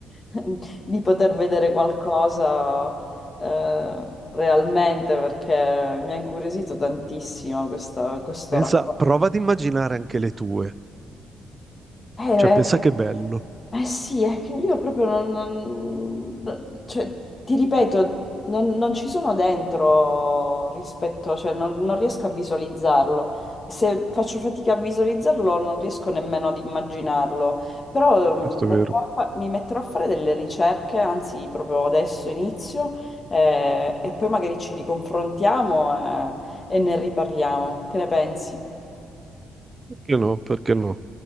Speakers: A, on the left; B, on the right.
A: <laughs> di poter vedere qualcosa eh, realmente perché mi ha incuriosito tantissimo questa- questo
B: Pensa,
A: racconto.
B: prova ad immaginare anche le tue,
A: Eh, eh,
B: cioè pensa che bello.
A: Eh sì, è che io proprio non, non- cioè, ti ripeto, non, non ci sono dentro rispetto, cioè non, non riesco a visualizzarlo. Se faccio fatica a visualizzarlo, non riesco nemmeno ad immaginarlo. Però
B: Questo
A: mm,
B: è vero.
A: metterò a fa- mi metterò a fare delle ricerche, anzi, proprio adesso inizio, eh, e poi magari ci riconfrontiamo, eh, e ne riparliamo. Che ne pensi?
B: Perché no? Perché no?